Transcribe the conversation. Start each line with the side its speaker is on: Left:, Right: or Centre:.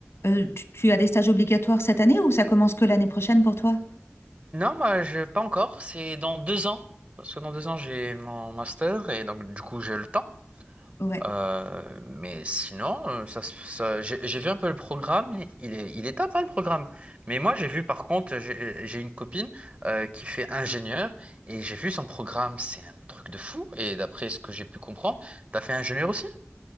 Left: euh, tu, tu as des stages obligatoires cette année ou ça commence que l'année prochaine pour toi?
Right: Non, moi, je, pas encore, c'est dans deux ans. Parce que dans deux ans, j'ai mon master, et donc du coup, j'ai le temps.
Left: Ouais.
Right: Euh, mais sinon, euh, ça, se- ça- j'ai j'ai vu un peu le programme, il il est, il est top hein, le programme. Mais moi j'ai vu par contre, j'ai j'ai une copine euh, qui fait ingénieur et j'ai vu son programme, c'est un truc de fou. Et d'après ce que j'ai pu comprendre, t'as fait ingénieur aussi?